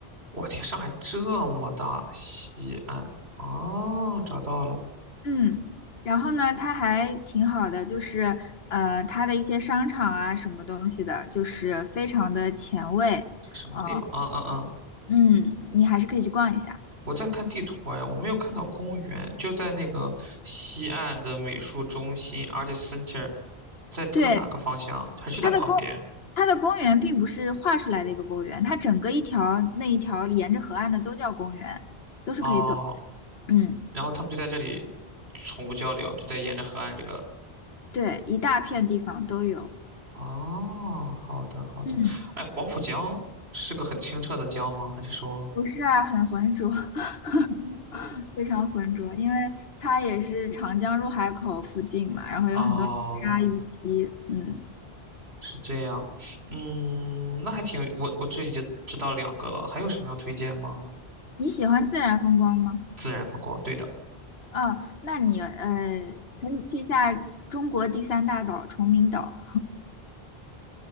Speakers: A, on the right; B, on the left.
A: 我天，上海这么大，西安哦，找到了，
B: 嗯，然后呢，它还挺好的，就是呃，它的一些商场啊什么东西的，就是非常的前卫，
A: 这什么地方？
B: 啊，
A: 嗯嗯嗯。
B: 嗯，你还是可以去逛一下。
A: 我在看地图哎，我没有看到公园，就在那个西岸的美术中心 a r t i s Center，在它的哪个方向？
B: 对，
A: 还是在旁边？
B: 它的公它的公园并不是画出来的一个公园，它整个一条那一条沿着河岸的都叫公园，都是可以走的。
A: 哦，
B: 嗯，
A: 然后他们就在这里宠物交流，就在沿着河岸这个。
B: 对，一大片地方都有。
A: 哦，好的好的。
B: 嗯，
A: 哎，黄浦江是个很清澈的江吗？还是说？
B: 不是啊，很浑浊，<laughs> 非常浑浊，因为它也是长江入海口附近嘛，然后有很多泥沙淤积嗯，
A: 哦，是这样。嗯，那还挺，我我这已经知道两个了，还有什么要推荐吗？
B: 你喜欢自然风光吗？
A: 自然风光，对的。
B: 哦，那你呃可以去一下中国第三大岛崇明岛。